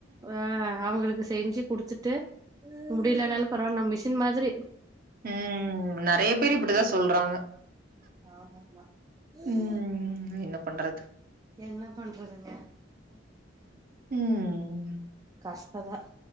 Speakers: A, on the right; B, on the right.
A: ஆ அவுங்களுக்கு செஞ்சு குடுத்துட்டு முடியலனாலும் பரவாயில்ல நம் மிஷின் மாதிரி
B: உம் நிறைய
A: ம்
B: பேரு இப்டிதான் சொல்றாங்க
A: ஆமா ஆமா ஹஹ
B: ம். என்ன பண்றது
A: என்ன பண்றதுங்க
B: ம்.
A: கஷ்டம்தான்